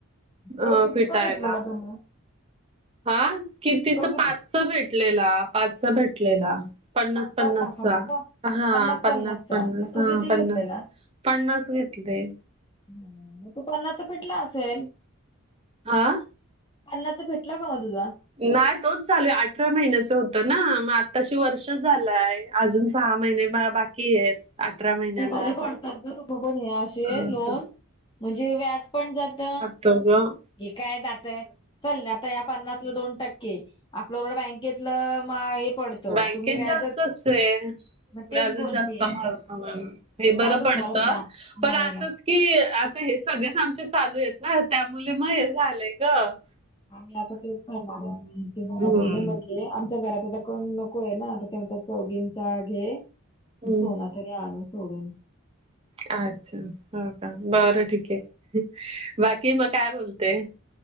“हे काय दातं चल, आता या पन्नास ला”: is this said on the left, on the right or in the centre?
Left